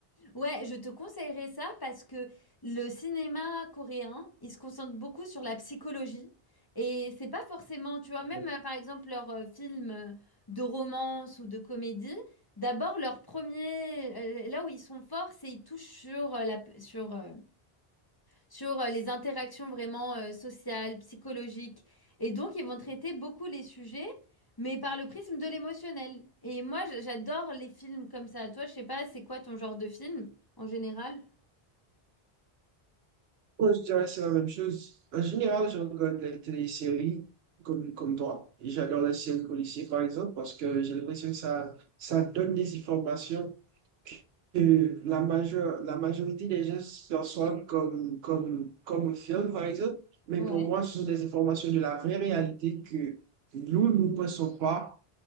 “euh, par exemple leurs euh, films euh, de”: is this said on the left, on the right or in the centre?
Left